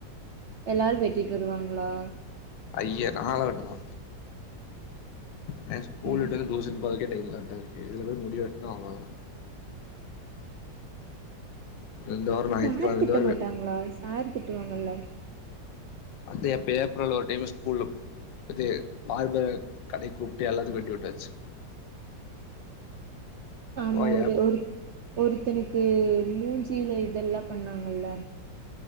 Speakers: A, on the right; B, on the left.
A: எல்லாரு வெட்டிட்டு வருவாங்ளா
B: ஐய்ய நாங்களா வெட்டனு எனக்கு ஸ்கூல்
A: ம்
B: விட்டது டூசன் போறதுக்கே டைம் கரக்டா இருக்கு இதுல போய் முடிவெட்னா அவ்ளோதா இந்த வாரோ ஞாயித்துக்கெழம
A: சார் திட்ட
B: இந்த வாரோ
A: மாட்டாங்ளா சாரு திட்டுவாங்கல்ல
B: அது எப்யா ஏப்ரல்ல ஒரு டைமு ஸ்கூல்ல இது பார்பர கடைக் கூப்ட்டு எல்லாத்துக்கு வெட்டிவுட்டாச்சு
A: ஆமா
B: போய்
A: ஒரு
B: ஏப்
A: ஒரு ஒருத்தனுக்கு மூஞ்சில இதெல்லா பண்ணாங்கல்ல